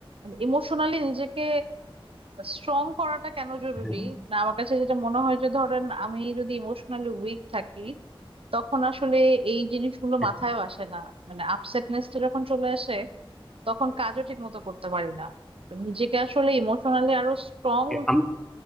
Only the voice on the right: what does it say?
ইমোশনালি নিজেকে স্ট্রং করাটা কেন জরুরি
না আমার কাছে যেটা মনে হয় যে ধরেন আমি যদি ইমোশনালি উইক থাকি তখন আসলে এই জিনিসগুলো
মাথায় আসে না মানে আপসেটনেসটা যখন চলে আসে তখন কাজও ঠিক মতো করতে পারি না তো নিজেকে আসলে ইমোশনালি আরো স্ট্রং